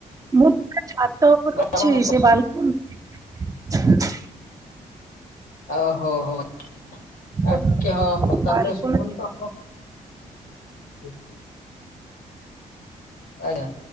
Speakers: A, on the right (about 25°); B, on the left (about 80°).
A: ମୁଁ ପା ଛାତ ଉପରେ
B: ଆପଣଙ୍କ
A: ଅଛି ସେ ବାଲକୁନୀ
B: ଓହୋ ହଉ ଆଉ
A: ବାଲକୁନି
B: ଟିକେ ହଁ ତାହେଲେ
A: ବାଲକୁନି
B: ଶୁଭୁନି ତ। <unintelligible> ଆଜ୍ଞା।